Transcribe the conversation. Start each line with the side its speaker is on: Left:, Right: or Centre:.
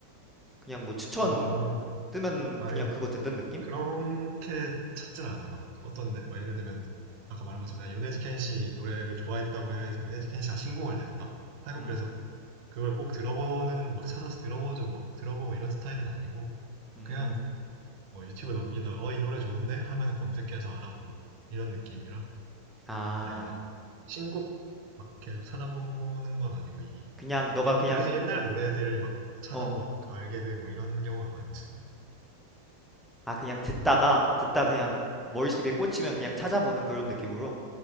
Centre: 그냥 뭐 추천
Right: 어
Centre: 뜨면
Right: 아예
Centre: 그냥 그거 듣는 느낌?
Right: 그렇게 찾진 않아. 막 어떤데 막 예를 들면 아까 말한 것처럼 내가 요네즈켄 씨 노래를 좋아했다고 해서 요네즈켄 씨가 신곡을 냈다. 하고
Centre: 음.
Right: 그래서 그걸 꼭 들어보는 막 찾아서 들어보죠. 막 들어보고 이런 스타일은 아니고
Centre: 음.
Right: 그냥 뭐 유튜브 넘기다가 어 이 노래 좋은데 하면 검색해서 알아보고 이런 느낌이라
Centre: 아,
Right: 내가 막 신곡 막 계속 찾아보는 건 아니고 이
Centre: 그냥 너가
Right: 옛-
Centre: 그냥
Right: 그래서 옛날 노래들 막 찾아보고
Centre: 어.
Right: 알게 되고 이런 경우가 많지 않아.
Centre: 아, 그냥 듣다가 듣다 그냥 머릿속에 꽂히면 그냥 찾아보는 그런 느낌으로.